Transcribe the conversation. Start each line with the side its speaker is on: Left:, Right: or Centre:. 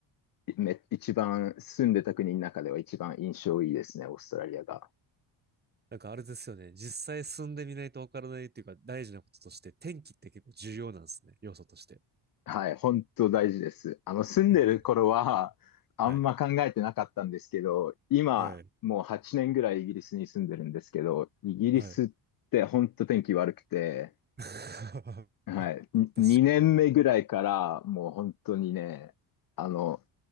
Left: め、一番住んでた国の中では一番印象いいですね、オーストラリアが。
Right: なんかあれですよね。実際住んでみないとわからないっていうか、大事なこととして、天気って結構重要なんですね。要素として。
Left: はい、本当大事です。あの、住んでる頃は、
Right: <laughs>
Left: あんま考えてなかったんですけど、
Right: はい。
Left: 今、
Right: はい。
Left: もう8年ぐらいイギリスに住んでるんですけど、イギリスって本当天気悪くて、
Right: はい。<laughs>
Left: はい。
Right: 確かに。
Left: に2年目ぐらいから、もう本当にね、あの、